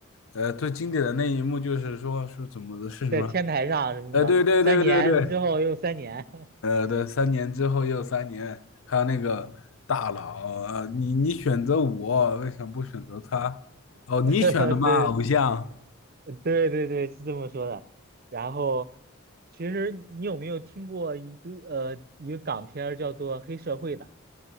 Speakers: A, on the left; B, on the right.
A: 呃，最经典的那一幕就是说是怎么的，是什么？
B: 在天台上什么什么，
A: 哎，对对对对对。
B: 三年之后又三年，
A: 呃，对，三年之后又三年，还有那个大佬，啊，你你选择我，为什么不选择他？哦，
B: <laughs>
A: 你选的嘛，
B: 对
A: 偶像，
B: 对对对，是这么说的。然后其实你有没有听过一个呃一个港片儿叫做《黑社会》的？